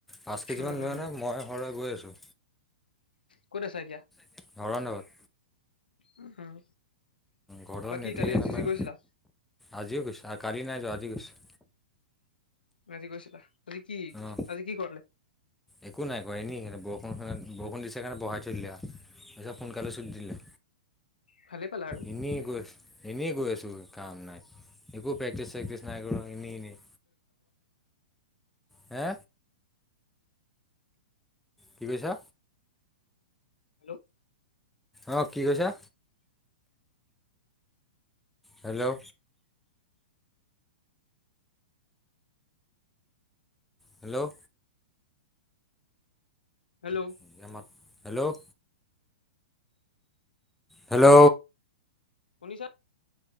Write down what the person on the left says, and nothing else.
উম উম
ক'ত আছা এতিয়া?
উম
বাকী
কালি এন
চি চি গৈছিলা?
আজি গৈছিলা আজি কি
আজি কি কৰিলে?
ভালে পালা আৰু
হেল্ল'
হেল্ল'
শুনিছাঁ?